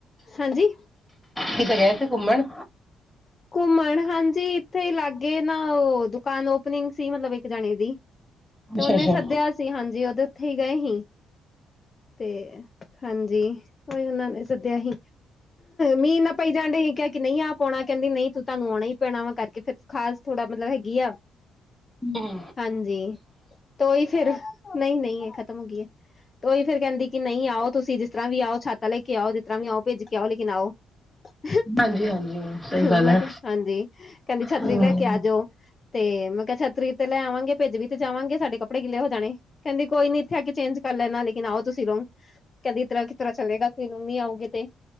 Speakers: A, on the left; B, in the centre.
A: ਹਾਂਜੀ।
B: ਕਿਤੇ ਗਏ ਸੀ, ਘੁੰਮਣ?
A: ਘੁੰਮਣ ਹਾਂਜੀ। ਇੱਥੇ ਹੀ ਲਾਗੇ ਨਾ, ਉਹ ਦੁਕਾਨ ਓਪਨਿੰਗ ਸੀ। ਮਤਲਬ ਇੱਕ ਜਣੇ ਦੀ।
B: ਅੱਛਾ
A: ਤੇ ਉਹਨੇ
B: ਅੱਛਾ
A: ਸੱਦਿਆ ਸੀ। ਹਾਂਜੀ, ਉਹਦੇ ਉੱਥੇ ਹੀ ਗਏ ਸੀ। ਤੇ, ਹਾਂਜੀ। ਉਹੀ ਉਹਨਾਂ ਨੇ, ਸੱਦਿਆ ਹੀ। ਮੀਹ ਇੰਨਾ ਪਈ ਜਾਣ ਡਇਹ। ਕਿਹਾ ਕਿ ਨਹੀਂ ਆ ਪਾਉਣਾ। ਕਹਿੰਦੀ ਨਹੀਂ ਤੂੰ, ਤੁਹਾਨੂੰ ਆਉਣਾ ਹੀ ਪੈਣਾ ਵਾ। ਕਰਕੇ ਫੇਰ, ਖਾਸ ਥੋੜਾ ਮਤਲਬ ਹੈਗੀ ਆ।
B: ਹੂੰ।
A: ਹਾਂਜੀ। ਤੇ ਔਹੀ ਫੇਰ, ਨਹੀਂ- ਨਹੀਂ, ਇਹ ਖਤਮ ਹੋ ਗਈ ਹੈ। ਤੇ ਉਹੀ ਫੇਰ, ਕਹਿੰਦੀ ਕਿ ਨਹੀਂ ਆਓ। ਤੁਸੀਂ ਜਿਸ ਤਰਾਂ ਵੀ ਆਓ। ਛਤਤਾ ਲੈ ਕੇ ਆਓ। ਜਿਸ ਤਰਾਂ ਵੀ ਆਓ, ਭੇਜ ਕੇ ਆਓ, ਲੇਕਿਨ ਆਉ। <inaudible>
B: ਹਾਂਜੀ- ਹਾਂਜੀ। ਸਹੀ ਗੱਲ
A: ਮੈਂ
B: ਹੈ
A: ਕਿਹਾ, ਹਾਂਜੀ। ਕਹਿੰਦੀ ਛੱਤਰੀ
B: ਹੂੰ
A: ਲੈ ਕੇ ਆ ਜਾਔ। ਤੇ ਮੈਂ ਕਿਹਾ, ਛਤਰੀ ਤੇ ਲੈ ਆਵਾਂਗੇ। ਭਿੱਜ ਵੀ ਤੇ ਜਾਵਾਂਗੇ। ਸਾਡੇ ਕੱਪੜੇ ਗਿੱਲੇ ਹੋ ਜਾਣੇ। ਕਹਿੰਦੀ, ਕੋਈ ਨੀ ਇਥੇ ਆਕੇ ਚੇਂਜ- ਕਰ ਲੈਣਾ। ਲੇਕਿਨ ਆਓ ਤੁਸੀਂ ਲੋਗ। ਕੇਦੀ ਈਤਰਾਂ ਕਿਸ ਤਰਾਂ ਚਲੇਗਾ। ਤੁਸੀ ਜਿਵੇਂ ਨੀ ਆਓਗੇ ਤੇ।